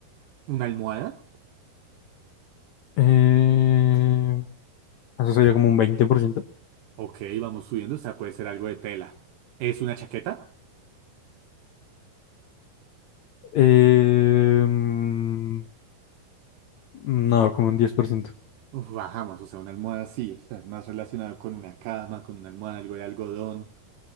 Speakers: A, on the right; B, on the left.
A: una almohada.
B: Eh, eso sería como un 20%.
A: Ok, vamos subiendo. O sea, puede ser algo de tela. Es una chaqueta.
B: Eh, mm, no, como un diez por ciento
A: Uf, bajamos, o sea, una almohada sí, o sea, es más relacionado con una cama, con una almohada, algo de algodón.